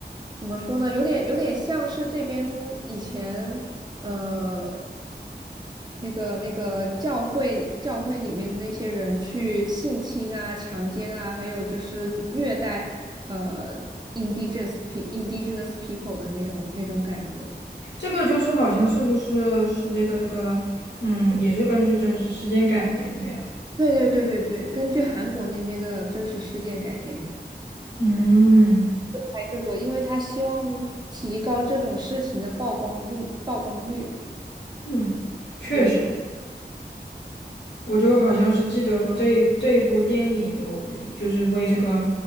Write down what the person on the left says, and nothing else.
这个就是好像是不是是这个这个，嗯，也是根据真实事件改编的呀。
嗯。
嗯，确实，
我就好像是记得说这一这一部电影有就是为这个